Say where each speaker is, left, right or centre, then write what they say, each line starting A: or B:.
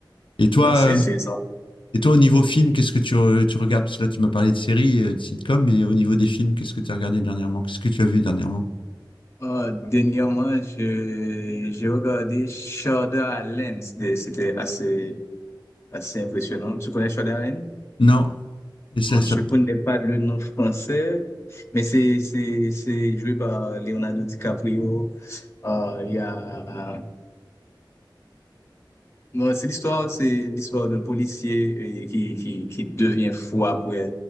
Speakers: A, on the left; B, on the left.
A: Et toi,
B: Bah, c'est
A: euh,
B: intéressant.
A: et toi, au niveau film, qu'est-ce que tu, re- tu regardes? Parce que là, tu m'as parlé de séries, euh, de sitcoms, mais au niveau des films, qu'est-ce que tu as regardé dernièrement? Qu'est-ce que tu as vu dernièrement?
B: Euh, dernièrement, je, j'ai regardé Shonda Rhimes. C'était assez, assez impressionnant. Tu connais Shonda Rhimes?
A: Non. Et ça,
B: Moi,
A: ça
B: je connais pas le nom français, mais c'est c'est c'est joué par Leonardo DiCaprio. Euh, Il y a bon, c'est l'histoire c'est l'histoire d'un policier euh, qui qui qui devient fou après